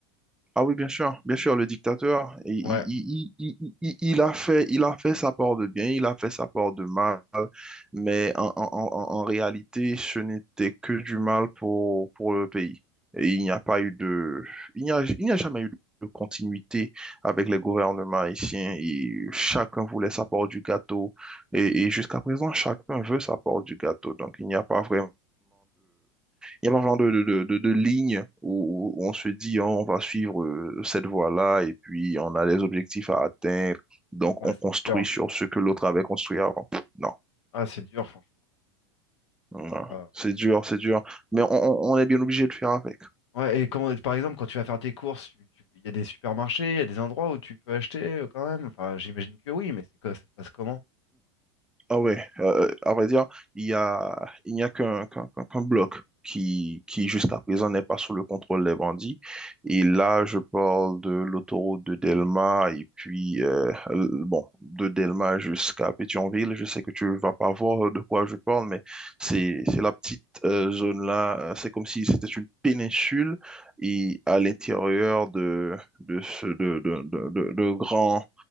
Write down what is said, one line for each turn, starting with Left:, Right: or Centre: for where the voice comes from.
Centre: Ah oui, bien sûr, bien sûr, le dictateur, il, il,
Left: Ouais,
Centre: il, il, il- il a fait, il a fait sa part de bien, il a fait sa part de mal, mais en, en, en, en réalité, ce n'était que du mal pour, pour le pays. Et il n'y a pas eu de, il n'y a, il n'y a jamais eu de continuité avec les gouvernements haïtiens et chacun voulait sa part du gâteau et, et jusqu'à présent, chacun veut sa part du gâteau. Donc, il n'y a pas vraiment il y a un genre de, de, de, de- de ligne où, où on se dit, oh, on va suivre euh, cette voie-là et puis on a des objectifs à atteindre. Donc,
Left: ouais,
Centre: on
Left: c'est
Centre: construit
Left: dur.
Centre: sur ce que l'autre avait construit avant. Pff, Non,
Left: Ah, c'est dur, franchement.
Centre: non.
Left: Ouais. Ah.
Centre: c'est dur, c'est dur. Mais on, on- on est bien obligé de faire avec.
Left: Ouais, et quand, par exemple, quand tu vas faire tes courses, tu- tu- il y a des supermarchés, il y a des endroits où tu peux acheter euh, quand même. Enfin, j'imagine que oui, mais c'est quoi, ça se passe comment?
Centre: Ah ouais, euh, euh, à vrai dire, il y a, il n'y a qu'un qu'un, qu'un- qu'un bloc qui, qui jusqu'à présent n'est pas sous le contrôle des bandits. Et là, je parle de l'autoroute de Delma et puis, euh, l- bon, de Delma jusqu'à Pétionville. Je sais que tu vas pas voir de quoi je parle, mais c'est, c'est la petite euh, zone-là. euh, C'est comme si c'était une péninsule et à l'intérieur de, de, ce, de, de, de, de, de grands